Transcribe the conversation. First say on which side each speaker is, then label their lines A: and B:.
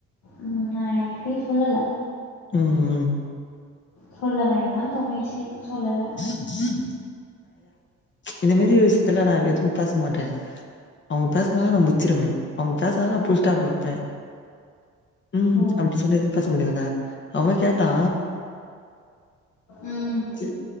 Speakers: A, on the left (about 75°); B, on the left (about 40°).
A: ம் நா யார்க்கிட்டயு சொல்லல
B: ம்ம்
A: சொல்ல வேண்டானு தோணிர்ச்சி சொல்லல
B: <unintelligible> இந்த மேரி ஒரு விஷயத்துல நா எதும் பேச மாட்டே அவங்க பேசலனா நா முச்சுருவே அவங்க பேசனால நான் புல் ஸ்டாப் வப்பே ம்
A: ஓ
B: அப்படி சொல்லதுன்னு பேச முடியதுல்ல அவே கேட்டா
A: ம்
B: செ